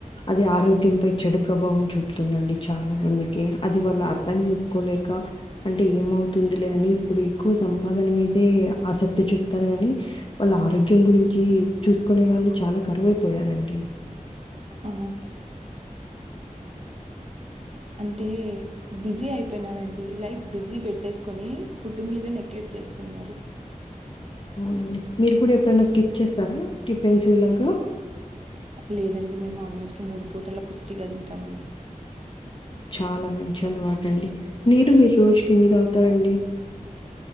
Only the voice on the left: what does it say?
అది ఆరోగ్యంపై చెడు ప్రభావం చూపుతుంది డి చాలా మందికి అది వాళ్లు అర్థం చేసుకోలేక అంటే ఏమవుతుందిలే అని ఇప్పుడు ఎక్కువ సంపాదన మీదే ఆసక్తి చూపుతారు కాని వాళ్ళ ఆరోగ్యం గురించి చూసుకునే వాళ్ళు చాలా కరువైపోయారండి
అవునండి మీరు కూడా ఎప్పుడైనా స్కిప్ చేస్తారా టిఫిన్స్ ఇలాగా
చాలా మంచి అలవాటండి నీరు మీరు రోజ్కి ఎన్ని తాగుతారండీ